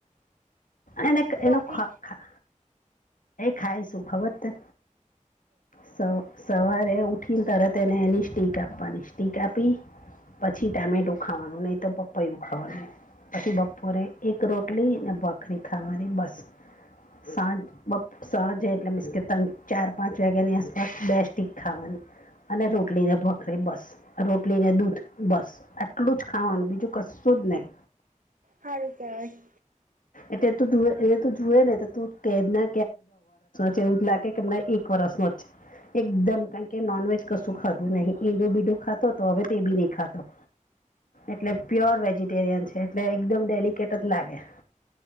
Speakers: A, on the left (about 85°); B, on the right (about 85°).
A: એને
B: ડોગી
A: એનો એ ખ ખ ખાય શું ખબર છે તને? સવા સવારે ઉઠીને તરત એને એની સ્ટીક આપવાની સ્ટીક આપી પછી ટામેટુ ખાવાનું નહીં તો પપૈયુ ખાવાનું પછી બપોરે એક રોટલી ને ભાખરી ખાવાની બસ સાંજ બપ સાંજે એટલે મીન્સ કે ચાર પાંચ વાગ્યાની આસપાસ બે સ્ટીક ખાવાની અને રોટલીને ભાખરી બસ રોટલીને દૂધ બસ આટલું જ ખાવાનું બીજું કશું જ નહી.
B: હારું કેવાય
A: એટલે તો જ એ તો જુએ ને તો તું <unintelligible> દહ વર્ષ નો છે એવું જ લાગે કેમ એક વર્સ નો જ છે એકદમ કારણ કે નોનવેજ કશું ખાધું નહીં ઈંડું બીડું ખાતો તો હવે તે બી નહી ખાતો એટલે પ્યોર વેજીિટેરિયન છે એટલે એકદમ ડેલિકેટ જ લાગે